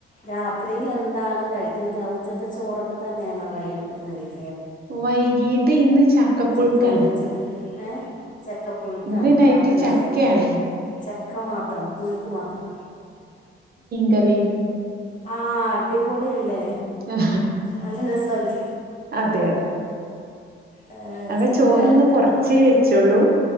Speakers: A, on the left; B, on the right.
A: രാത്രിൽ എന്താണ് കഴിക്കുന്ന ഉച്ചത്തെ ചോറൊക്കെ തന്നെയാണ് വൈകിട്ടും കഴിക്കുന്നത്?
B: വൈകീട്ട് ഇന്ന് ചക്കപ്പുഴുക്കാണ്.
A: ഉച്ചത്തെ ലഞ്ച് മെനു ഏ ചക്കപ്പുഴുക്കാണോ
B: ഇന്ന് നൈറ്റ്
A: രാത്രിയിലോ
B: ചക്കയാണ്.
A: ചക്ക മാത്രം പുഴുക്ക് മാത്രം
B: കറി
A: ആ അടിപൊളിയല്ലേ
B: ആ
A: നല്ല രസമല്ലേ
B: അതെ അതെ
A: ഏ,
B: അപ്പ
A: ചക്ക
B: ചോറ് ഇന്ന് കൊറച്ചേ വെച്ചുള്ളൂ